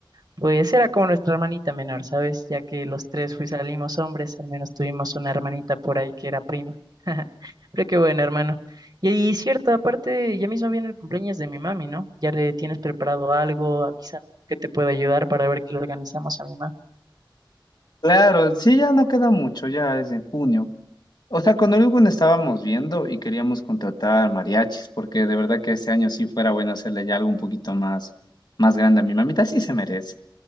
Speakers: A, on the right; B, on the left.
A: Pues era como nuestra hermanita menor, ¿sabes? Ya que los tres fui salimos hombres, al menos tuvimos una hermanita por ahí que era prima. <laughs> Pero qué bueno, hermano. Y, y cierto, aparte, ya mismo viene el cumpleaños de mi mami, ¿no? Ya le tienes preparado algo, avísame que te puedo ayudar para ver qué le organizamos a mi mami.
B: Claro, sí, ya no queda mucho, ya es en junio. O sea, con Urban estábamos viendo y queríamos contratar mariachis, porque de verdad que este año sí fuera bueno hacerle ya algo un poquito más, más grande a mi mamita, sí se merece.